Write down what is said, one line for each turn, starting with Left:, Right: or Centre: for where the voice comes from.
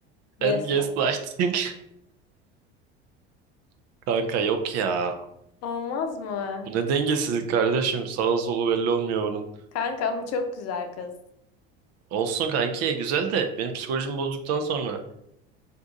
Left: gaslight.
Right: and gaslighting. <laughs> Kanka yok ya.
Left: Olmaz mı?
Right: Bu ne dengesizlik kardeşim. Sağı solu belli olmuyor bunun.
Left: Kanka ama çok güzel kız.
Right: Olsun kanki güzel de benim psikolojimi bozduktan sonra